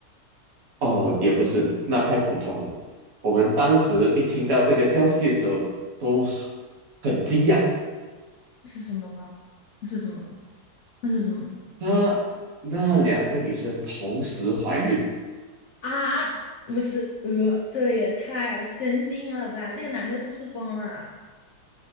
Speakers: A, on the right; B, on the left.
A: 哦，也不是，那太普通了。我们当时一听到这个消息的时候，都很惊讶。
B: 是什么呢？那是什么呢？那是什么呢？
A: 她那两个女生同时怀孕，
B: 啊，不是，呃，这也太神经了吧！这个男的是不是疯了啊